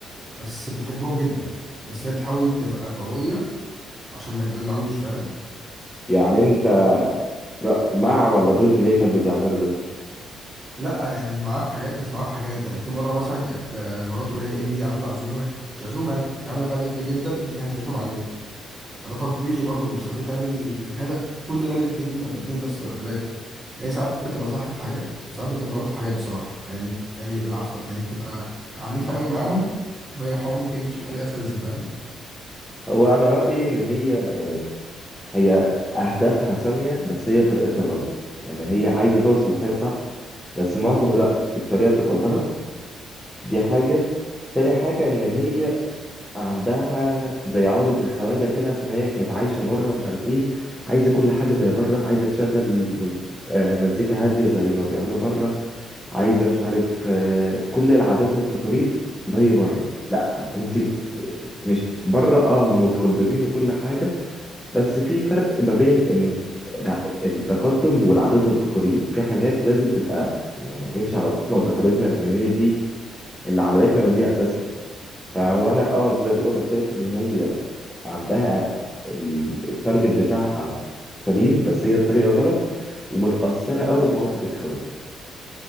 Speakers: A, on the right; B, in the centre.
A: بس بتحبهم جدا بس هي بتحاول تبقى قوية عشان ما يتدلعوش فاهم؟
B: يعني انت رأ... مع ولا ضد اللي هي كانت بتعمله ده
A: لا يعني معاه في حاجات ومش معاه في حاجات يعني في مرة مثلا كانت آه، مراته اللي هي ايمي دي عاملة عزومة مش عزومة يعني كانت عاملة غدا كبير جدا هي هزقتهم عليه ده طبيعي برضو مش طبيعي تعمل غدا كل ده الاتنين الاتنين بس ولا ثلاثة هي ساعات بتبقى صح في حاجات وساعات بتبقى غلط في حاجات بصراحة يعني يعني العفو يعني بتبقى عنيفة قوي معاهم وهي الحوار ممكن يمشي بطريقة سلسة فاهم
B: هو انا رأيي ان هي يعني هي اهدافها سامية بس هي طريقتها غلط يعني هي عايزة توصل لحاجة صح بس معظم الوقت الطريقة بتبقى غلط دي حاجة تاني حاجة ان هي عندها زي عقدة الخواجة كده عشان هي كانت عايشة بره ومش عارف ايه عايزة كل حاجة زي بره عايزة تشغل مز... آه، مزيكا هادية زي ما بيعملوا بره عايزة مش عارف آه، كل العادات والتقاليد زي بره لا انت م- مش بره اه هم متقدمين وكل حاجة بس في فرق ما بين ان الع- التقدم والعادات والتقاليد في حاجات لازم تبقى يعني نمشي على عاداتنا وتقاليدنا لان هي دي اللي عملتنا ودي اساسنا فهو انا اه زي ما بقول لك شايف ان هي عندها ال- التارجت بتاعها سليم بس هي الطريقة غلط ومتأثرة قوي بعقدة الخواجة